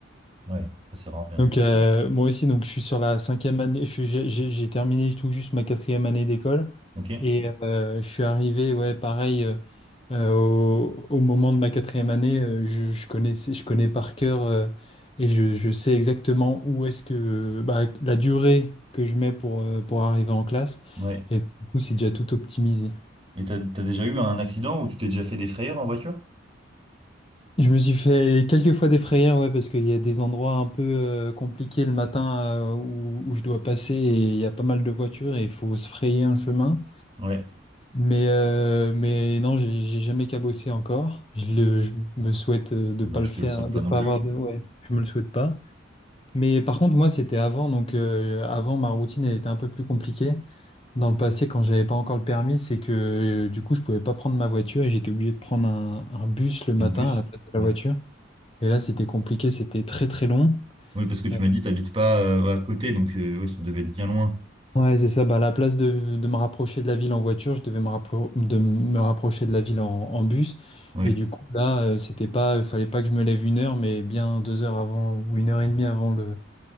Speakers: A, on the right; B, on the left.
A: Ouais, ça c'est vraiment bien.
B: Donc euh, moi aussi, donc je suis sur la cinquième année, je suis- j'ai j'ai- j'ai terminé tout juste ma quatrième année d'école
A: Ok?
B: et euh, je suis arrivé, ouais, pareil, euh, euh, au, au moment de ma quatrième année, euh, je, je connaissais, je connais par cœur euh, et je, je sais exactement où est-ce que bah, la durée que je mets pour, euh, pour arriver en classe
A: Ouais.
B: et du coup c'est déjà tout optimisé.
A: Et t'as, t'as déjà eu un accident où tu t'es déjà fait des frayeurs en voiture?
B: Je me suis fait quelques fois des frayeurs, ouais, parce qu'il y a des endroits un peu euh, compliqués le matin euh, où, où je dois passer et il y a pas mal de voitures et il faut se frayer un chemin.
A: Ouais.
B: Mais, euh, mais non, j'ai j'ai jamais cabossé encore. Je, le, je me souhaite euh, de
A: Bah,
B: pas le
A: je
B: faire,
A: te le souhaite pas
B: de
A: non
B: pas
A: plus.
B: avoir de... Ouais, je me le souhaite pas. Mais par contre, moi, c'était avant, donc euh, avant, ma routine elle était un peu plus compliquée. Dans le passé, quand j'avais pas encore le permis, c'est que euh, du coup, je pouvais pas prendre ma voiture et j'étais obligé de prendre un, un bus le matin
A: Un bus?
B: à la place de la
A: Ouais.
B: voiture. Et là, c'était compliqué, c'était très très long.
A: Oui, parce que tu
B: Euh,
A: m'as dit t'habites pas euh, à côté, donc euh, ouais, ça devait être bien loin.
B: Ouais, c'est ça. Bah, à la place de, de me rapprocher de la ville en voiture, je devais me, rappro- de me rapprocher de la ville en, en bus.
A: Ouais.
B: Et du coup, là, euh, c'était pas, il fallait pas que je me lève une heure, mais bien deux heures avant ou une heure et demie avant le,